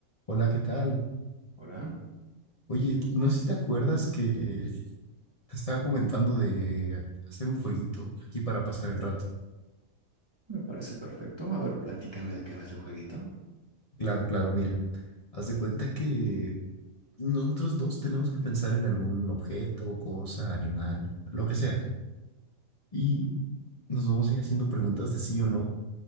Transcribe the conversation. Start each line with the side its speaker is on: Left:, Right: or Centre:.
Left: Hola, ¿qué tal?
Right: Hola,
Left: Oye, no sé si te acuerdas que te estaba comentando de hacer un jueguito aquí para pasar el rato.
Right: me parece perfecto. A ver, platícame de qué ves el jueguito.
Left: Claro, claro, mira, haz de cuenta que nosotros dos tenemos que pensar en algún objeto, cosa, animal, lo que sea. Y nos vamos a ir haciendo preguntas de sí o no